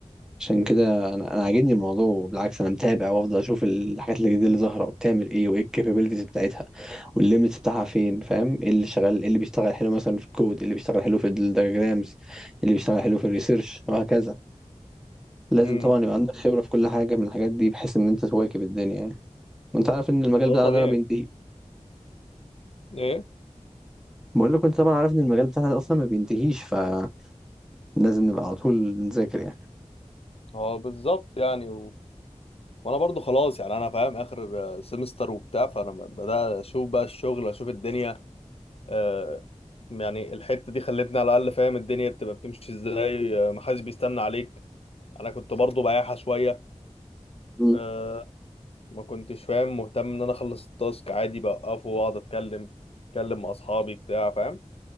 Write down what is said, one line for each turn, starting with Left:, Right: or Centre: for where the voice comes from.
Centre: عشان كده انا انا عاجبني الموضوع بالعكس انا متابع وافضل اشوف الحاجات الجديده اللي ظاهره وبتعمل ايه وايه الكابابيلتيز بتاعتها والليميتس بتاعها فين فاهم ايه اللي شغال ايه اللي بيشتغل حلو مثلا في الكود ايه اللي بيشتغل حلو في الدياجرامز اللي بيشتغل حلو في الريسيرش وهكذا لازم
Left: امم
Centre: طبعا يبقى عندك خبره في كل حاجه من الحاجات دي بحيث ان انت تواكب الدنيا يعني وانت عارف ان المجال
Left: ده
Centre: بتاعنا
Left: طبيعي
Centre: ده ما بينتهي
Left: ايه
Centre: بقول لك وانت طبعا عارف ان المجال بتاعنا ده اصلا ما بينتهيش فلازم نبقى على طول نذاكر يعني
Left: اه بالظبط يعني وانا برضو خلاص يعني انا فاهم اخر سمستر وبتاع فانا بدأت اشوف بقى الشغل اشوف الدنيا آه، يعني الحتة دي خلتني على الاقل فاهم الدنيا بتبقى بتمشي ازاي آه، محدش بيستنى عليك انا كنت برضو بايعها شوية
Centre: مم.
Left: آه، ما كنتش فاهم مهتم ان انا اخلص التاسك عادي بوقفه واقعد اتكلم اتكلم مع اصحابي بتاع فاهم